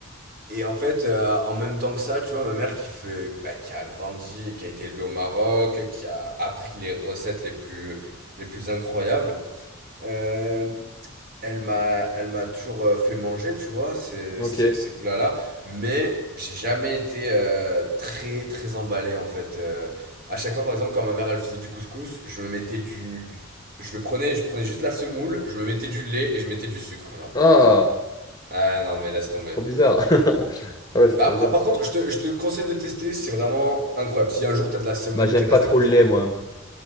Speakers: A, on the right; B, on the left.
A: Et en fait, euh, en même temps que ça, tu vois, ma mère qui fait, bah, qui a grandi, et qui a été élevée au Maroc, qui a appris les recettes les plus, les plus incroyables, euh, elle m'a, elle m'a toujours euh, fait manger, tu vois, ces,
B: Ok.
A: ces, ces plats-là. Mais j'ai jamais été euh, très, très emballé, en fait. Euh, à chaque fois, par exemple, quand ma mère, elle faisait du couscous, je me mettais du, du- je le prenais, je prenais juste la semoule, je me mettais du lait et je mettais du sucre, genre.
B: Ah,
A: Ah non, mais laisse tomber.
B: trop bizarre. <laughs> Ah ouais, c'est
A: Bah,
B: trop bizarre.
A: ah, par contre, je te, je te conseille de tester, c'est vraiment incroyable. Si un jour t'as de la semoule
B: Bah, j'aime
A: qui reste
B: pas trop
A: à côté
B: le lait,
A: du coup,
B: moi.